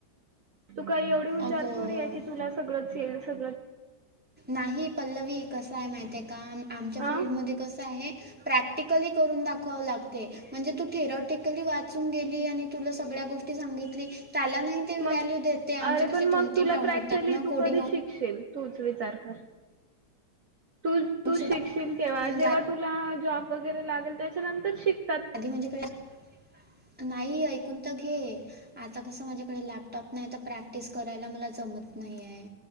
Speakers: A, on the right; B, in the centre.
A: तू काही एवढी हुशार
B: अगं
A: थोडी आहे की तुला सगळंच येईल सगळं
B: नाही पल्लवी कस आहे माहितेय का, आमच्या
A: अ
B: फीलल्डमध्ये कस आहे प्रॅक्टिकली करून दाखवावं लागते. म्हणजे तू थेरॉटिकली वाचून गेली आणि तुला सगळ्या गोष्टी सांगितली. त्याला नाही ते
A: मग
B: व्हेलु देते, आमचे
A: अरे
B: कसे
A: पण मग
B: दोन- तीन
A: तुला
B: राऊंड
A: प्रॅक्टिकली
B: होतात ना
A: तू
B: कोडिंग राऊंड
A: <unintelligible> तूच विचार कर तु -तू
B: सुद्धा
A: शिकशील केव्हा
B: म्हणजे
A: जेव्हा तुला जॉब वगैरे लागेल त्याच्यानंतर शिक
B: आधी म्हणजे <unintelligible> नाही ऐकून तर घे. आता कसं, माझ्याकडे लॅपटॉप नाही तर प्रॅक्टिस करायला मला जमत नाहीय.